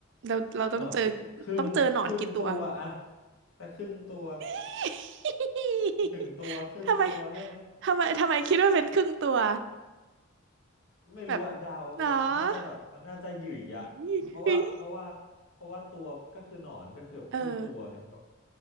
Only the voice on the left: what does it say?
หนอครึ่งครึ่งตัวอะ
ถ้าครึ่งตัว
หนึ่งตัวครึ่งตัวใช่ไหม
ไม่รู้อะเดาแบบมันน่าจะแบบมันน่าจะหยื่ยอะเพราะว่าเพราะว่าเพราะว่าตัวก็คือหนอนก็คือแบบครึ่งตัวไงแบบ